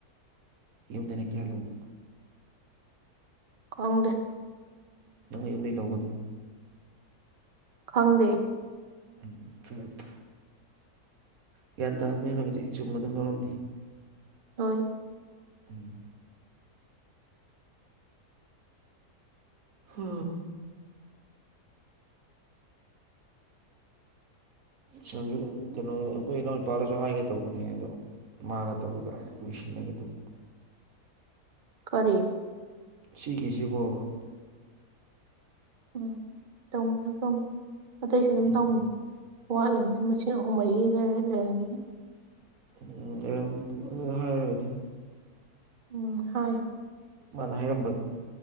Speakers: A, on the right; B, on the right.
A: ꯌꯨꯝꯗꯩꯅ ꯀꯌꯥ ꯂꯧꯕ
B: ꯈꯪꯗꯦ
A: ꯅꯪ ꯌꯨꯝꯗꯩ ꯂꯧꯕꯗꯣ
B: ꯈꯪꯗꯦ
A: ꯎꯝ ꯐꯔꯦ ꯐ ꯒ꯭ꯌꯥꯟ ꯇꯥꯕꯅꯤꯅ ꯍꯧꯖꯤꯛ ꯆꯨꯝꯅ ꯑꯗꯨꯝ ꯂꯧꯔꯝꯅꯤ
B: ꯍꯣꯏ
A: ꯎꯝ ꯍꯥ ꯁꯟꯖꯨ ꯀꯩꯅꯣ ꯑꯩꯈꯣꯏ ꯏꯅꯥꯎꯅꯨꯄꯥꯗꯁꯨ ꯍꯥꯏꯒꯦ ꯇꯧꯕꯅꯦ ꯑꯩꯗꯣ ꯃꯥꯒ ꯇꯧꯔꯒ ꯂꯣꯏꯁꯤꯜꯂꯒꯦ ꯇꯧꯕ
B: ꯀꯔꯤ
A: ꯁꯤꯒꯤꯖꯤꯕꯣꯕ
B: ꯎꯝ ꯇꯧꯃꯤꯟꯅꯧ ꯇꯝ ꯑꯇꯩꯁꯨ ꯑꯗꯨꯝ
A: ꯎꯝ
B: ꯇꯧꯃꯤꯡ ꯋꯥꯠꯂꯤꯝꯅꯤꯅ ꯃꯁꯤꯡ ꯑꯍꯨꯝ ꯃꯔꯤ ꯂꯩꯔ ꯂꯩꯔꯝꯒꯤꯅꯤ
A: ꯎꯝ ꯑꯦꯝ ꯎꯝ ꯑ ꯍꯥꯏꯔꯔꯣꯏꯗ
B: ꯎꯝ ꯍꯥꯏ
A: ꯃꯥꯅ ꯍꯥꯏꯔꯝꯕ